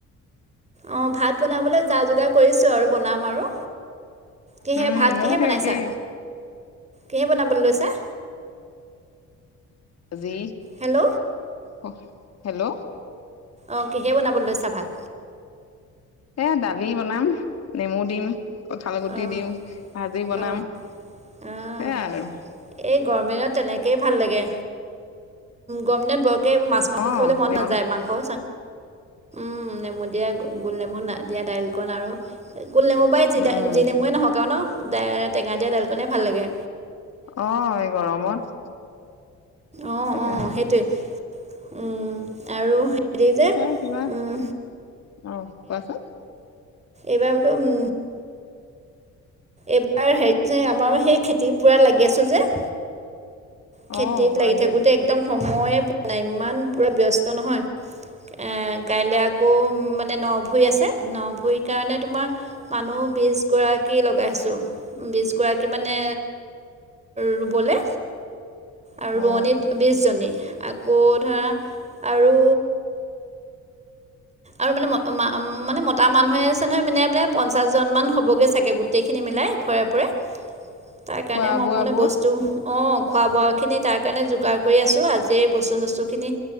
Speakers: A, on the right; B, on the left.
A: অ ভাত বনাবলৈ যা - যোগাৰ কৈছে আৰু বনাম আৰু, কিহে
B: উম
A: ভাত
B: মোৰ
A: কিহে
B: সেই
A: বনাইছা?
B: একেই
A: কিহে বনাবলৈ লৈছা?
B: যি
A: হেল্ল'!
B: অ হেল্ল'?
A: অঁ কিহে বনাবলৈ লৈছা ভাত?
B: এ দালি বনাম, নেমু দিম, কঁঠাল গুটি
A: অঁ
B: দিম। ভাজি বনাম
A: অঁ অঁ
B: সেয়াই আৰু।
A: এই গভমেণ্টত তেনেকেই ভাল লাগে, গভমেণ্টত বৰকে মাছ মাংস
B: অ
A: খাবলৈ মন
B: এইকণ
A: নাযায়, মাংস - চা উম নেমু দিয়া গোল নেমু দিয়া দাইলিকন আৰু গোল নেমু পায় যি
B: উম
A: ডাল যি নেমু নহক আৰু ন টেঙা দিয়া দাইল কোণে ভাল লাগে।
B: অ এই গৰমত
A: অ
B: এয়া
A: অ সেইটোৱে উম আৰু হেৰি যে
B: এ কিবা
A: উম।
B: অ কোৱাচোন?
A: এইবাৰতো উম। এইবাৰ হেৰি যে আমাৰো সেই খেতিৰ পূৰা লাগি আছো যে। খেতিত
B: অ হয়
A: লাগি
B: দিয়া
A: থাকোতে একদম সময়ে পোৱা নাই ইমান পুৰা ব্যস্ত নহয়। এ কাইলৈ আকৌ মানে ন ভূৰি আছে ন ভুইৰ কাৰণে তোমাৰ মানুহ বিশ গৰাকী লগাইছোঁ বিশ গৰা কি মানে ৰুবলে। আৰু
B: অ
A: ৰোৱনী বিশজনী আকৌ ধৰা আৰু আৰু মানে ম মানে মতা মানুহে আছে নহয় মানাই বোলে পঞ্চাছজনমান হ'বগৈ চাগে গোটেইখিনি মিলাই ঘৰে পোৰে। তাৰ কাৰণে
B: খোৱা
A: মই
B: বোৱাবোৰ
A: মানে বস্তু অঁ খোৱা বোৱাখিনি তাৰ কাৰণে যোগাৰ কৰি আছোঁ আজিয়ে বস্তু - চস্তুখিনি